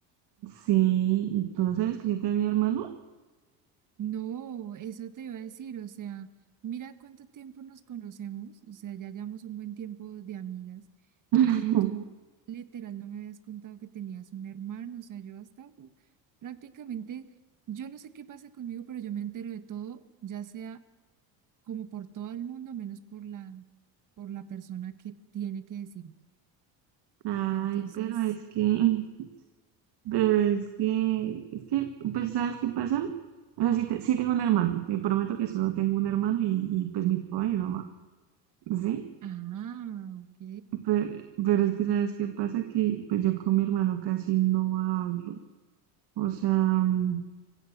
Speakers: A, on the right; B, on the right.
A: Sí, ¿tú no sabes que yo tenía hermano?
B: No, eso te iba a decir, o sea, mira cuánto tiempo nos conocemos, o sea, ya llevamos un buen tiempo de amigas
A: <laughs>
B: y tú literal no me habías contado que tenías un hermano, o sea, yo hasta prácticamente, yo no sé qué pasa conmigo, pero yo me entero de todo, ya sea como por todo el mundo, menos por la, por la persona que tiene que decir.
A: Ay,
B: Entonces,
A: pero es que, pero es que, es que, pues, ¿sabes qué pasa? O sea, sí, te- sí tengo un hermano, te prometo que solo tengo un hermano y, y pues mi papá y mi mamá, ¿sí?
B: ah, ok.
A: Pe- Pero, es que, ¿sabes qué pasa? Que pues yo con mi hermano casi no hablo. O sea, mm,